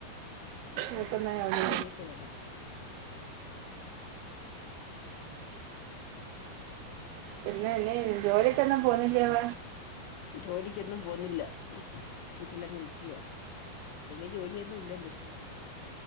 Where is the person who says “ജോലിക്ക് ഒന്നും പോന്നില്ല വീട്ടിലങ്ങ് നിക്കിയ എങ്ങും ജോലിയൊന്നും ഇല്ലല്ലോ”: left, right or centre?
Left